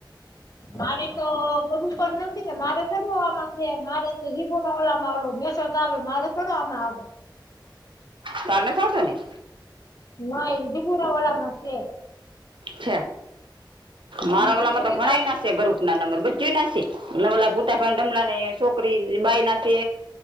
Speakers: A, on the left; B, on the right.
A: મારે તો ગરું પણ નથી ને મારે ગમાં છે મારે તો હીબો ના ઓલામાં ઓલો મેસસ આવે મારે થોડો આમાં આવે?
B: <unintelligible> નહીં,
A: ના ઈદી પુરા ગલા લાશે
B: છે મારા
A: હું
B: વાલામાં
A: જીગુને
B: તો ગણાય
A: કાલ
B: ના ગરુપ ના નંબર બજવી નાશે નમલા પોતા પણ ડમલાંને ને છોકરી બાાય ના છે.